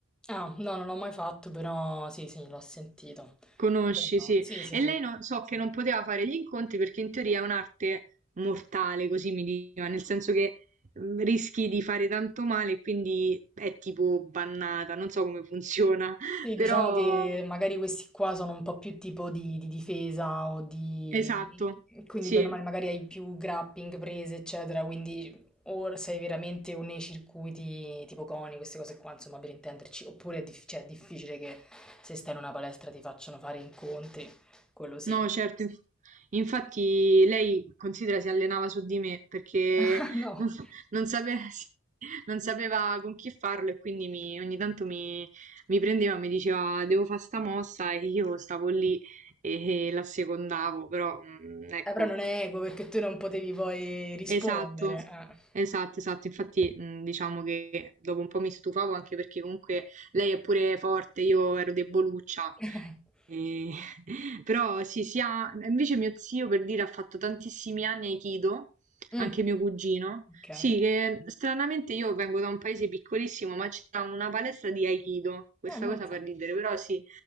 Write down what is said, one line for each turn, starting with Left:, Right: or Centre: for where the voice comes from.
Centre: Ah, no, non l'ho mai fatto, però sì, sì, l'ho sentito.
Right: Conosci,
Centre: Però no.
Right: sì.
Centre: Sì, sì,
Right: E
Centre: sì.
Right: lei non, so che non poteva fare gli incontri perché in teoria è un'arte mortale, così mi diceva, nel senso che mm, rischi di fare tanto male e quindi è tipo bannata, non so come funziona, <laughs>
Centre: Sì,
Right: però
Centre: diciamo che magari questi qua sono un po' più tipo di, di difesa o di...
Right: esatto,
Centre: quindi
Right: sì.
Centre: bene o male magari hai più grappling prese, eccetera, quindi o sei veramente o nei circuiti tipo coni, queste cose qua, insomma, per intenderci, oppure è, dif- cioè, è difficile che se stai in una palestra ti facciano fare incontri, quello sì.
Right: No, certo, inf- infatti lei considera si allenava su di me perché
Centre: <laughs> No,
Right: non, non sape- <laughs> non sapeva con chi farlo e quindi mi- ogni tanto mi, mi prendeva e mi diceva devo fare sta mossa e io stavo lì e, e la secondavo, però mm, ecco,
Centre: Eh, però non è equo perché tu non potevi poi rispondere.
Right: Esatto,
Centre: eh.
Right: esatto, esatto. Infatti, mh, diciamo che dopo un po' mi stufavo anche perché comunque lei è pure forte, io ero deboluccia.
Centre: <laughs>
Right: E- <laughs> Però sì, sia... invece mio zio per dire ha fatto tantissimi anni Aikido,
Centre: Mm,
Right: anche mio cugino.
Centre: ok,
Right: Sì,
Centre: ah,
Right: che stranamente io vengo da un paese piccolissimo, ma c'è una palestra di Aikido. Questa
Centre: ammazza,
Right: cosa fa ridere, però sì.